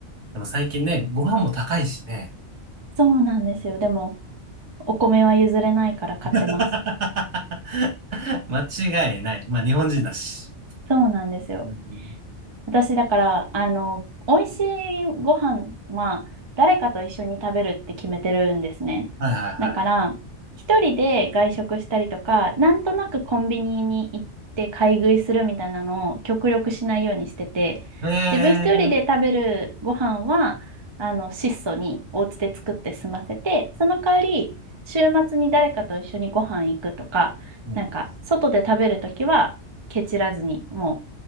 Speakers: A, on the right; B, on the right.
A: でも最近ね、ご飯も高いしね。
B: そうなんですよ。でも、お米は譲れないから買ってます。
A: <laughs> 間違いない。まあ日本人だし。
B: そうなんですよ。
A: うん
B: 私、だから、あの、美味しいご飯は、誰かと一緒に食べるって決めてるんですね。
A: はいはいは
B: だから、一人で外食したりとか、なんとなくコンビニに行って買い食いするみたいなのを極力しないようにしてて、
A: い。えー
B: 自分一人で食べるご飯は、あの、質素にお家で作って済ませて、その代わり、週末に誰かと一緒にご飯行くとか、
A: うん。
B: なんか、外で食べるときは、ケチらずに、も